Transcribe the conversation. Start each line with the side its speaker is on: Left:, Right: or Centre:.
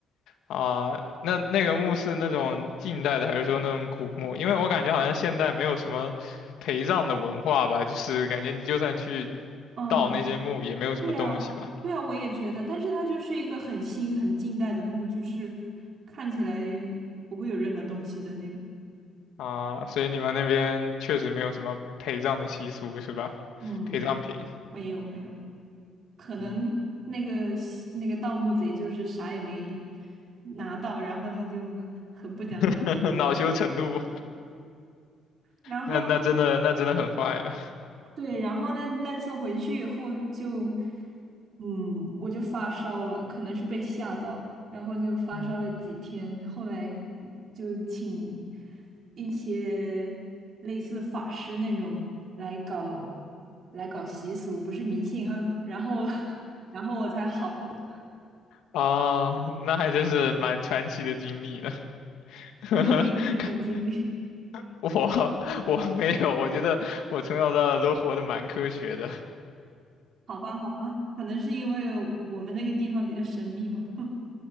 Left: 啊，那那个墓是那种近代的，还是说那种古墓？因为我感觉好像现代没有什么陪葬的文化吧，就是感觉你就算去
Right: 嗯，
Left: 盗那些墓，也没有什么东西吧。
Right: 对啊，对啊，我也觉得，但是它就是一个很新、很近代的墓，就是看起来不会有任何东西的那种。
Left: 啊，所以你们那边确实没有什么陪葬的习俗是吧？
Right: 嗯，
Left: 陪葬品，
Right: 没有没有，可能那个西那个盗墓贼就是啥也没
Left: 嗯，
Right: 拿到，然后他就很不讲武德，
Left: <laughs> 恼羞成怒，
Right: 然后
Left: 那那真的那真的很坏了。
Right: 对，然后那那次回去以后就，嗯，我就发烧了，可能是被吓到，然后就发烧了几天，
Left: 嗯
Right: 后来就请一些类似法师那种来搞来搞习俗，不是迷信哈，然后 <laughs> 然后我才好了。
Left: 啊，那还真是蛮传奇的经历呢。<laughs>
Right: 你有没有这种经历？<laughs>
Left: <laughs> 我我没有，我觉得我从小到大都活得蛮科学的。
Right: 好吧，好吧，可能是因为我们那个地方比较神秘吧。<laughs>